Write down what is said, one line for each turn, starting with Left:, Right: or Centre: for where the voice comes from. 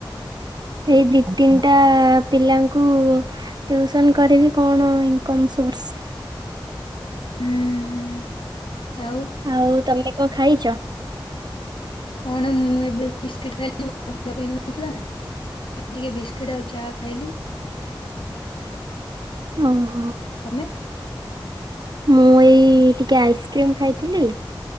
Right: ଏଇ ଦି ତିନିଟା ପିଲାଙ୍କୁ ଟ୍ୟୁସନ କରିବି କଣ ଇନ୍‌କମ୍ ସୋର୍ସ?
Left: ହୁଁଁ ହୁଁ। ଆଉ?
Right: ଆଉ ତମେ କଁ ଖାଇଚ?
Left: କଣ ମୁଁ ଏବେ ବିସ୍ଟ ଖାଇ <unintelligible> ଟିକେ ବିସ୍କୁିଟ୍ ଆଉ ଚା ଖାଇଲି।
Right: ଓ ହୋ।
Left: ତମେ?
Right: ମୁଁ ଏଇ ଟିକେ ଆଇସ୍କ୍ରିମ ଖାଇଥିଲି